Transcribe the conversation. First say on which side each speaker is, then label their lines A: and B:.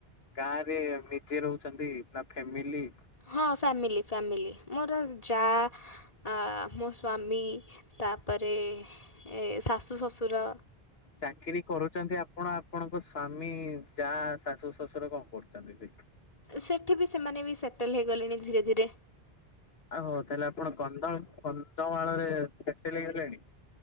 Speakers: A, on the left; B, on the left.
A: ଗାଁରେ ନିଜେ ରହୁଛନ୍ତି ନା ଫେମିଲି
B: ହଁ ଫ୍ୟାମିଲି ଫ୍ୟାମିଲି ମୋର ଯା ଆ ମୋ ସ୍ଵାମୀ ତାପରେ ଏ ଶାଶୁ ଶଶୁର
A: ଚାକିରି କରୁଚନ୍ତି ଆପଣ ଆପଣ ଆପଣଙ୍କ ସ୍ଵାମୀ ଯ ଶାଶୁ ଶ୍ୱଶୁର କଣ କରୁଛନ୍ତି ସେ।
B: ସେଠି ବି ସେମାନେ ବି ସେଟଲ୍ ହେଇଗଲେଣି ଧୀରେ ଧୀରେ।
A: ଆହୋ ତାହେଲେ ଆପଣ କଧଳ କନ୍ଧମାଳରେ ସେଟେଲେ ହେଇଗଲେଣି।